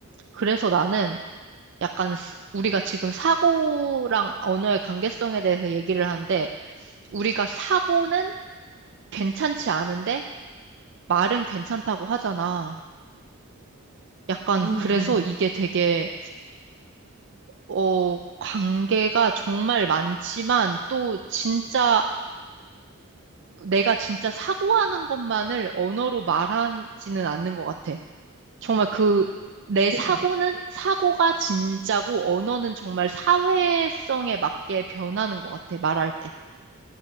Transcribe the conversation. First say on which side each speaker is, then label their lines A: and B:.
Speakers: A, on the right; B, on the right.
A: 그래서 나는 약간 스- 우리가 지금 사고랑 언어의 관계성에 대해서 얘기를 하는데 우리가 사고는 괜찮지 않은데 말은 괜찮다고 하잖아. 약간
B: 응,
A: 그래서
B: 응.
A: 이게 되게 어 관계가 정말 많지만 또 진짜 내가 진짜 사고하는 것만을 언어로 말하지는 않는 것 같아. 정말 그 내
B: 어.
A: 사고는 사고가 진짜고 언어는 정말 사회성에 맞게 변하는 것 같아, 말할 때.